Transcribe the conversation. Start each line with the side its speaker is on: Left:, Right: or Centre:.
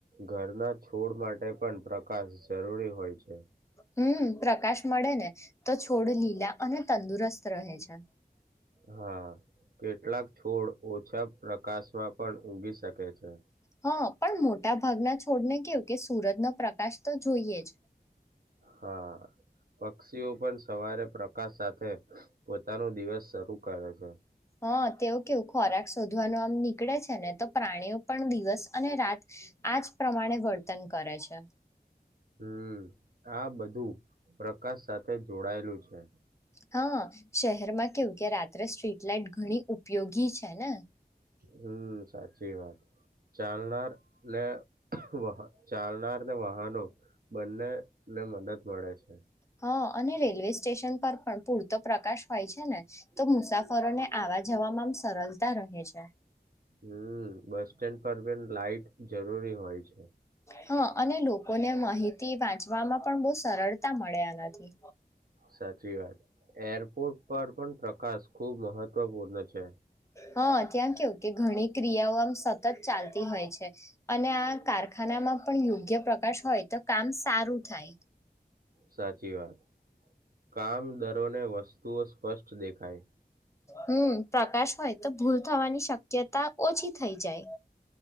Right: ઘરના છોડ માટે પણ પ્રકાશ જરૂરી હોય છે.
Left: હમ પ્રકાશ મળે ને તો છોડ લીલા અને તંદુરસ્ત રહે છે. <inaudible>
Right: હા કેટલાક છોડ ઓછા પ્રકાશમાં પણ ઊગી શકે છે
Left: હ. પણ મોટા ભાગના છોડને કેવું કે સુરજનો પ્રકાશ તો જોઈએ જ
Right: હા પક્ષીઓ પણ સવારે પ્રકાશ સાથે પોતાનું દિવસ શરૂ કરે છે.
Left: હ તેઓ કેવું ખોરાક શોધવાનું આમ નીકળે છે, ને તો પ્રાણીઓ પણ દિવસ અને રાત આ આ જ પ્રમાણે વર્તન કરે છે.
Right: હમ આ બધું પ્રકાશ સાથે જોડાયેલું છે.
Left: હ શહેરમાં કેવું કે રાત્રે સ્ટ્રીટ લાઈટ ઘણી ઉપયોગી છે ને?
Right: હમ સાચી વાત ચાલનાર ને વહા ચાલનાર ને વાહનો બંને ને મદદ મળે છે.
Left: હા અને રેલવેસ સ્ટેશન પર પણ પૂરતો પ્રકાશ હોય છે, ને તો મુસાફરોને આવા જવામાં આમ સરલતા ર હે છે.
Right: હમ બસ સ્ટેન્ડ પર પર લાાઈટ જરૂરી હોય છે.
Left: હા અને લોકોને મહિતી વાંચવામાં પણ બો સરળતા મળે આનાથી
Right: સાચી વાત એરપોર્ટ પર પણ પ્રકાશ ખુબ મહત્વપૂર્ણ છે.
Left: હા ત્યાં કેવું કે ઘણી ક્રિયાઓ આમ સતત ચાલતી હોય છે. અને આ કારખાનામાં પણ યોગ્ય પ્રકાશ હોય તો કામ સારું થાય
Right: સાચી વાત કામ દરોને વસ્તુઓ સ્પષ્ટ દેખાય
Left: હમ પ્રકાશ હોય તો ભૂલ થવાની શક્યતા ઓછી થઈ જાય